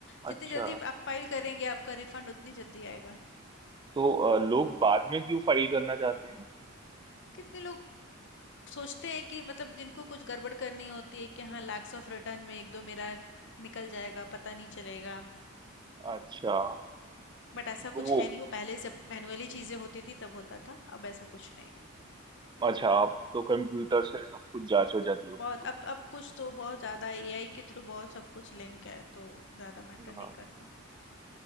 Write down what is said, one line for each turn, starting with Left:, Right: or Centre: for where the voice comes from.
Left: जितनी
Right: अच्छा
Left: जल्दी आप फाइल करेंगे आपका रिफंड उतनी जल्दी आएगा
Right: तो अ, लोग बाद में क्यों फाइल करना चाहते हैं
Left: कितने लोग सोचते हैं कि मतलब जिनको कुछ गड़बड़ करनी होती है कि हाँ लैक्स ऑफ रिटर्न में एक दो मेरा निकल जाएगा पता नहीं चलेगा
Right: अच्छा
Left: बट ऐसा
Right: तो
Left: कुछ
Right: वो
Left: है नहीं वो पहले जब मैनुअली चीज़ें होती थी तब होता था अब ऐसा कुछ नहीं है
Right: अच्छा आप तो कंप्यूटर से सब कुछ जांच हो जाती होगी
Left: बहुत
Right: कुछ
Left: अब अब कुछ तो बहुत ज़्यादा एआई के थ्रू बहुत सब कुछ लिंक है तो ज़्यादा मैटर नहीं
Right: हाँ
Left: करता